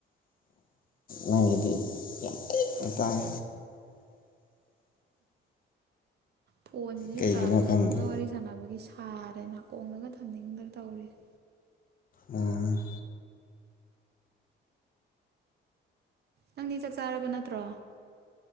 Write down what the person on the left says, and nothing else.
ꯅꯪꯒꯤꯗꯤ ꯌꯥꯝ ꯄꯤꯛꯅ ꯇꯥꯏ
ꯀꯩꯒꯤꯅꯣ
ꯈꯪꯗꯦ
ꯎꯝ